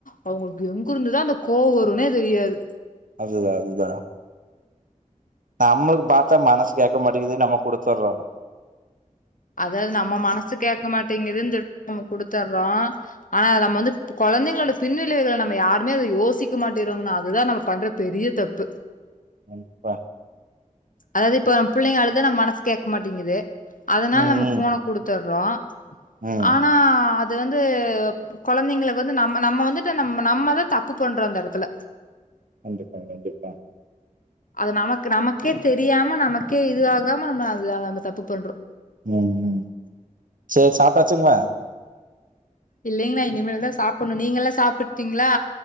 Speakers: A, on the left; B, on the right.
A: அவங்களுக்கு எங்க இருந்துதா அந்த கோவ வரும்னே தெரியாது
B: அதுதா அதுதா நம்மளுக்கு பாத்தா மனசு கேக்க மாட்டேங்குது நம்ம குடுத்துர்றோ
A: அதாவது நம்ம மனசு கேக்க மாட்டேங்குதுன்னு சொல்ட்டு நம்ம குடுத்துறோ ஆனா அது நம் வந்து கொழந்தைகளோட பின்விளைவைகள நம்ம யாருமே அத யோசிக்க மாட்டேங்குறோன்னா அதுதா நம்ம பண்ற பெரிய தப்பு
B: அப்ப
A: அதாவது இப்ப நம்ம புள்ளைக அளுதா நம்மனசு கேக்க மாட்டேங்குது அதனால
B: ம்
A: நம்ம
B: ம்
A: போனை குடுத்துர்றோ
B: ம்
A: ஆனா அ து வந்து கொழந்தைங்களுக்கு வந்து நம்ம நம்ம வந்துட்டு நம்ம நம்மதா தப்பு பண்றோ அந்த எடத்துல
B: கண்டிப்பா கண்டிப்பா
A: அது நமக்கு நமக்கே தெரியாம நமக்கே இதுவாகாம நம்ம அது நம்ம தப்பு பண்றோ
B: ம் ம் சரி சாப்டாச்சுங்களா
A: இல்லைங்களா இனிமேல்தா சாப்பணு நீங்க எல்லா சாப்ட்டீங்களா